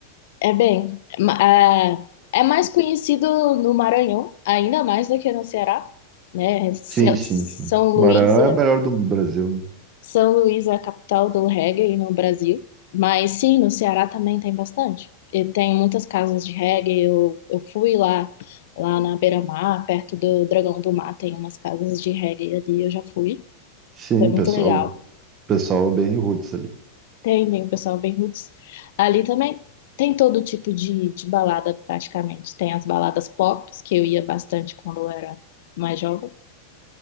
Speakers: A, on the left; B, on the right.
A: É bem, ma- é, é mais conhecido no Maranhão, ainda mais do que no Ceará, né? Se-
B: Sim, sim,
A: São
B: sim.
A: Luís
B: Maranhão
A: é
B: é o melhor do Brasil, né?
A: São Luís é a capital do reggae no Brasil, mas sim, no Ceará também tem bastante. E tem muitas casas de reggae. Eu, eu fui lá, lá na Beira-Mar, perto do Dragão do Mar, tem umas casas de reggae ali, eu já fui.
B: Sim,
A: Foi muito
B: pessoal,
A: legal.
B: pessoal é bem roots ali.
A: Tem, tem o pessoal bem roots. Ali também tem todo tipo de, de balada, praticamente. Tem as baladas pop, que eu ia bastante quando eu era mais jovem,